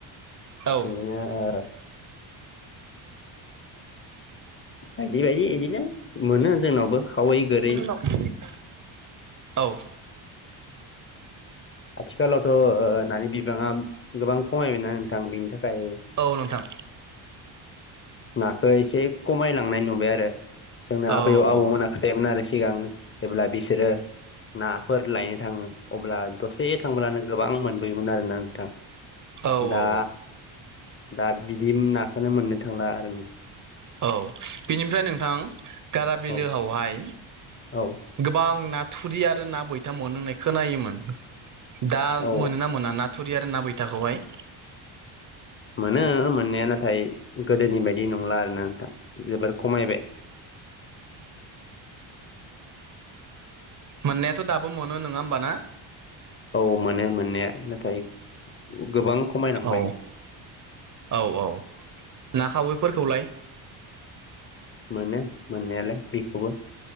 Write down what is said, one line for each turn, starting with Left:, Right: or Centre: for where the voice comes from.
Right: औ।
Left: बिदिनो ओ बायदि बायदि इदिनो मोनो जोंनावबो खावै, गोरै।
Right: <unintelligible> औ।
Left: आथिखालावथ'ओ नानि बिबाङा गोबां खमायबायना नोंथां बेनि थाखाय
Right: औ नोंथां।
Left: नाखौ एसे खमायलांनाय नुबाय आरो जोंनो आबै
Right: औ
Left: आबौमोना
Right: औ
Left: खो <unintelligible> आरो सिगां जेब्ला बिसोरो नाफोर लायनो थाङो अब्ला दसे थांब्लानो गोबां मोनबोयोमोन आरोना नोंथां
Right: औ
Left: दा
Right: औ
Left: दा बिदिन नाखौनो मोननो थांला आरो न
Right: औ बेनिफ्राय नोंथां गारा बिलोआवहाय
Left: औ औ
Right: गोबां ना थुरि आरो ना बैथा मोन'होनाय खोनायोमोन दा
Left: औ
Right: मोनोना मोना ना? थुरि आरो ना बैथाखौहाय।
Left: मोनो मोननाया नाथाय गोदोनि बायदि नंला आरोना नोंथां जोबोर खमायबाय।
Right: मोननायाथ' दाबो मोनो नङा होमबा ना?
Left: औ मोनो मोननाया नाथाय गोबां खमायलांबाय
Right: औ औ औ ना खावैफोरखौलाय
Left: मोनो मोननायालाय बेखौबो